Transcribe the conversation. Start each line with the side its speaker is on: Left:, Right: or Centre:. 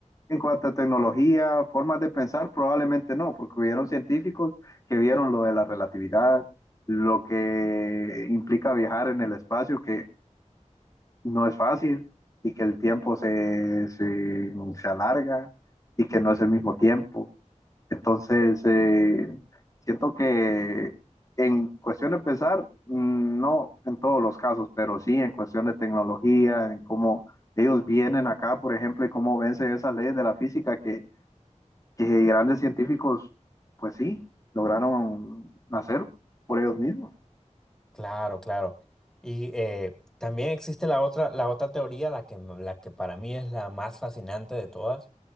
Left: En cuanto a tecnología, formas de pensar, probablemente no, porque hubieron científicos que vieron lo de la relatividad, lo que implica viajar en el espacio, que no es fácil y que el tiempo se, se, se alarga y que no es el mismo tiempo. Entonces, eh, siento que en cuestión de pensar, mm, no en todos los casos, pero sí en cuestión de tecnología, en cómo ellos vienen acá, por ejemplo, y cómo vencen esas leyes de la física que, que grandes científicos, pues sí, lograron hacer por ellos mismos.
Centre: claro, claro. Y eh, también existe la otra, la otra teoría, la que, la que para mí es la más fascinante de todas